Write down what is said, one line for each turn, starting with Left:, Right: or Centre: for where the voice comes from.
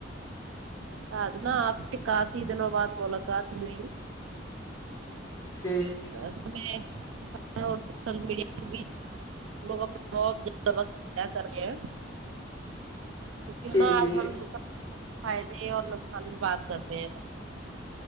Right: اچھا ادنا آپ سے کافی دنوں بعد ملاقات ہوئی
Left: جی
Right: اصل میں اور سوشل میڈیا کے بیچ ہم لوگ اپنا <unintelligible> سبق طے کر گئے تو کیوں
Left: جی
Right: نہ
Left: جی
Right: آج ہم سب فائدے اور نقصان بھی بات کرتے ہیں